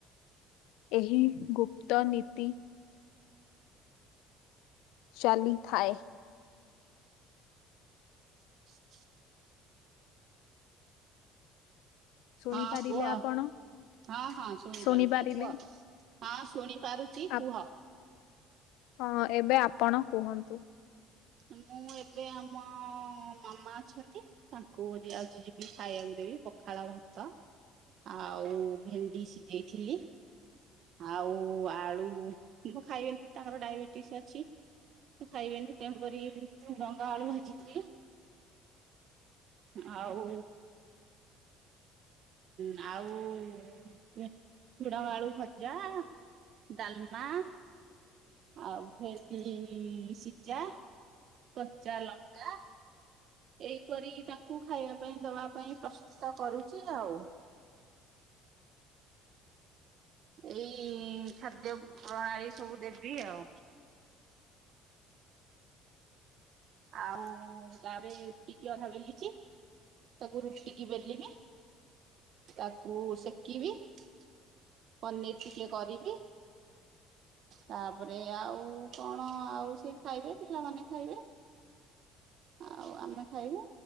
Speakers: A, on the left (about 80°); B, on the right (about 55°).
A: ଏହି ଗୁପ୍ତ ନୀତି ଚାଲିଥାଏ।
B: <inaudible>
A: ଶୁଣିପାରିଲେ
B: ହଁ କୁହ
A: ଆପଣ?
B: ହଁ ହଁ ଶୁଣିପାରୁଛି
A: ଶୁଣିପାରିଲେ?
B: କୁହ। ହଁ ଶୁଣିପାରୁଛି
A: ଆପ୍
B: କୁହ।
A: ହଁ ଏବେ ଆପଣ କୁହନ୍ତୁ।
B: ମୁଁ ଏବେ ଆମ ମାମା ଅଛନ୍ତି। ତାଙ୍କୁ ଆଜି ଯିବି ଖାଇବାକୁ ଦେବି ପଖାଳ ଭାତ ଆଉ ଭେଣ୍ଡି ସିଝେଇଥିଲି। ଆଉ ଆଳୁ ଖାଇବେନି ତାଙ୍କର ଡାଇବେଟିସ୍ ଅଛି। ଖାଇବେନି ତେଣୁକରି ଝୁଡ଼ଙ୍ଗ ଆଳୁ ଭାଜିିଥିଲି। ଆଉ ହଁ ଆଉ ଝୁଡଙ୍ଗ ଆଳୁ ଭଜା ଡାଲମା। ଆଉ ଭେଣ୍ଡି ସିଝା କଚା ଲଙ୍କା। ଏହିପରି ତାଙ୍କୁ ଖାଇବା ପାଇଁ ଦବା ପାଇଁ ପ୍ରସ୍ତୁତ କରୁଛି ଆଉ। ଏଇ ଖାଦ୍ୟ ପ୍ରଣାଳୀ ସବୁ ଦେବି ଆଉ। ଆଉ ତାରେ ରୁଟିକିି ଅଧା ବେଲିକି ତାକୁ ରୁଟି କିି ବେଲିବି। ତାକୁ ସେକିବି ପନିର ଟିକେ କରିବି। ତାପରେ ଆଉ କଣ ଆଉ ସେ ଖାଇବେ ପିଲାମାନେ ଖାଇବେ। ଆଉ ଆମେ ଖାଇବୁ